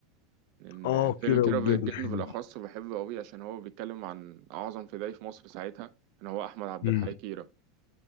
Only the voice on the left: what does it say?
آه
كيرة
والجن
حلو
مم.